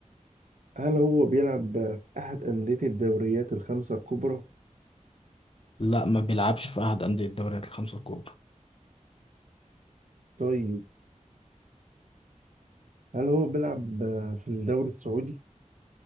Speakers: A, on the right; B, on the left.
A: هل هو بيلعب في احد اندية الدوريات الخمسة الكبرى
B: لا ما بيلعبش في احد اندية الدوريات الخمسة الكبرى
A: طيب هل هو بيلعب في الدوري السعودي